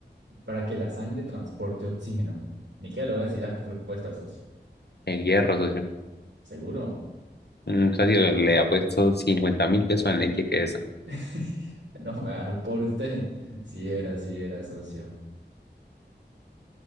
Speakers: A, on the right; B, on the left.
A: para que la sangre transporte oxígeno? Ni que le voy a decir las respuestas, socio.
B: El hierro, socio.
A: ¿Seguro?
B: Mm, socio, le ha puesto cincuenta mil pesos al Nike que es,
A: <laughs> No me va a dejar por usted. Si era, si era, socio.